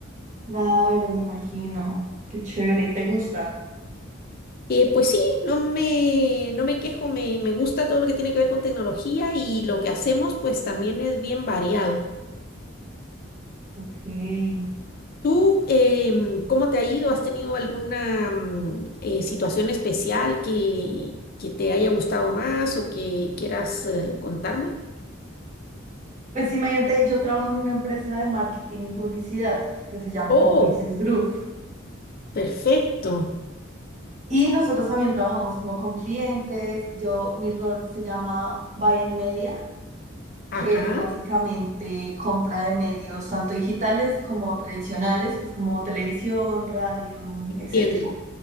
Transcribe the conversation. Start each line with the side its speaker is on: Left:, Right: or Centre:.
Right: Claro, me imagino. Qué chévere. ¿Y te gusta?
Left: Eh, pues sí, no me, no me quejo, me, me gusta todo lo que tiene que ver con tecnología y lo que hacemos pues también es bien variado.
Right: Ok.
Left: ¿Tú eh, cómo te ha ido? ¿Has tenido alguna mm, eh, situación especial que, que te haya gustado más o que quieras eh, contarme?
Right: Pues imagínate, yo trabajo en una empresa de marketing y publicidad que se llama
Left: Oh,
Right: Publicis Group.
Left: perfecto.
Right: Y nosotros también trabajamos como con clientes. Yo, mi rol se llama Buy and Media, que
Left: Ajá,
Right: es básicamente compra de medios tanto digitales como tradicionales, que es como televisión, radio,
Left: entiendo,
Right: etcétera.